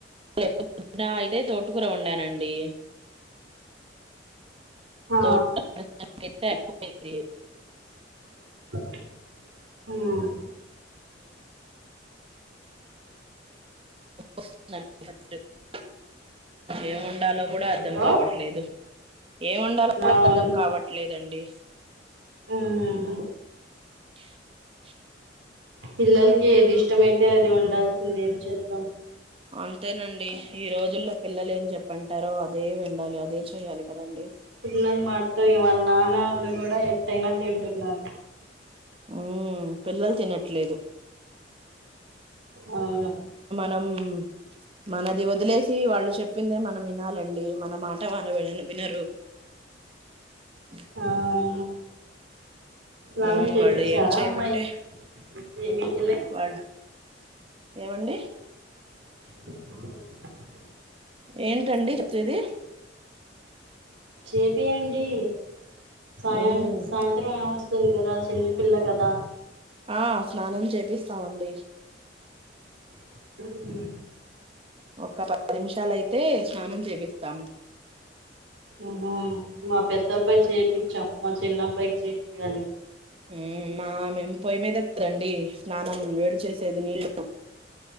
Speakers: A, on the right; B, on the right.
A: పొద్న అయితే తోటు కూర వండానండి తోట
B: ఆ
A: <unintelligible>
B: <inaudible> ఉమ్
A: వస్తుందం ఫట్ ఏమి వండాలో కూడా అర్థం
B: హలో
A: కావట్లేదు ఏం వండాలో కూడా
B: అవును
A: అర్ధం కావట్లేదండి
B: ఉమ్
A: <inaudible>
B: పిల్లలకి ఏది ఇష్టమఅయితే అది ఉండాల్సిందే ఎంద్దాం
A: అంతేనండి ఈ రోజుల్లో పిల్లలు ఏం చెప్పంటారో అదే విండాలి అదే చేయాలి కదండి
B: పిల్ల మటతో ఇ వాళ్ళ నానోల్లు వాళ్ళ కూడా ఎత్తైనా తింటున్నారు
A: ఉ పిల్లలు తినట్లేదు
B: అవును
A: నమ్ మనది వదిలేసి వాళ్ళు చెప్పిందే మనం వినాలండి మన మాట వాళ్లు విన వినరు <inaudible>
B: ఆ అవును స్నానం
A: ఉమ్,
B: చేపించారా
A: వాళ్ళు ఏం చేయమంటే
B: అమ్మాయికి మీ మీ పిల్లకి
A: వాళ్ళు ఏమండి
B: <inaudible>
A: ఏంటండి చెప్పేది
B: చేపియండి సాయం
A: ఉమ్,
B: సాయంత్రం ఏం వస్తుంది కదా చిన్నపిల్ల కదా
A: ఆ స్నానం చేపిస్తామండి
B: ఉఉ
A: ఒక్క పది నిమిషాలయితే స్నానం చేపిస్తాం
B: ఉమ్ మా పెద్ద అబ్బాయి చేపించాం మా చిన్నబ్బాయికి చెపియాలీ
A: ఉమ్ మా మేమ్ పొయ్య మీద కదండి స్నానం వేడి చేసేది నీళ్ళు